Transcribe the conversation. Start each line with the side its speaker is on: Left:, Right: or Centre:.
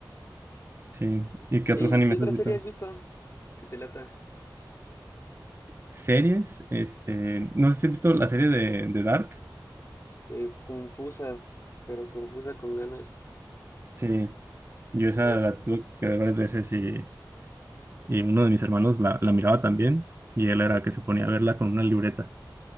Right: Sí, ¿y qué
Left: ¿Y,
Right: otros animes
Left: y qué otra
Right: has
Left: serie
Right: visto?
Left: has visto? Que te lata.
Right: Series, este, no sé si has visto la serie de, de Dark.
Left: Sí, confusa, pero confusa con ganas.
Right: Sí, Yo esa
Left: Pero es-
Right: la tuve que ver varias veces y, y uno de mis hermanos la, la miraba también y él
Left: sí.
Right: era que se ponía a verla con una libreta